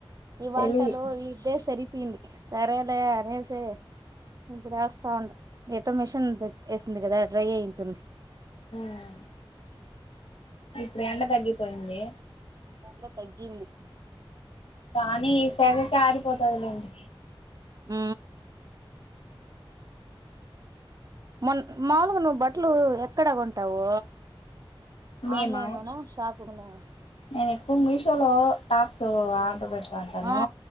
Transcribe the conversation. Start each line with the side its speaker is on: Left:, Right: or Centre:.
Right: ఈ వంటలు
Left: తెలివి
Right: ఇద్దే సరిపోయింది సరేలే అనేసి ఇప్పుడేస్తా ఉండా ఎటో మిషన్ తక్ ఏసింది కదా డ్రై అయి ఉంటుంది
Left: మియామ్ ఇప్పుడు ఎండ తగ్గిపోయింది
Right: దాంట్లో తగ్గింది
Left: కానీ ఈ సారికి ఆరిపోతాదిలేండి
Right: ఊ మొన్ మాములుగా నువ్వు బట్టలు ఎక్కడ కొంటావు
Left: మేమా
Right: ఆన్లైన్ లోనా షాపుగునా
Left: నేను ఎక్కువ మీ షోలో టాప్స్ ఆర్డర్ పెడతా ఉంటాను
Right: ఆ